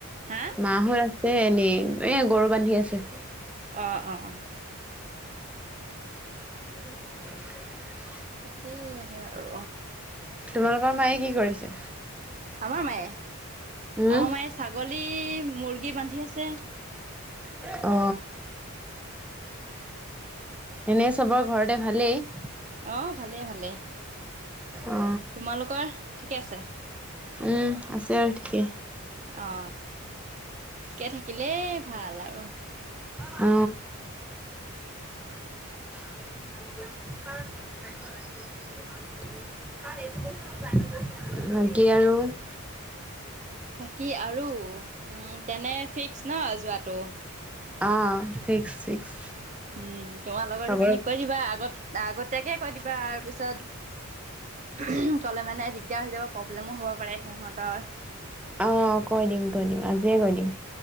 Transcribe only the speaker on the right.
হা
অ অ
বাকী সেয়ে আৰু
আমাৰ মায়ে আমাৰ
মায়ে ছাগলী মুৰ্গী বান্ধি আছে
অ ভালেই ভালেই
তোমালোকৰ ঠিকে আছে
অ ঠিকে থাকিলেই ভাল আৰু
বাকী আৰু উম তেনে ফিক্স ন' যোৱাটো
উম, তোমাৰ লগৰ
কেইজনীক কৈ দিবা, আগত আগতীয়াকে কৈ দিবা, আৰ পিছত ক'লে মানে, দিগদাৰ হৈ যাব প্ৰব্লেমো হ'ব পাৰে সেহঁতৰ।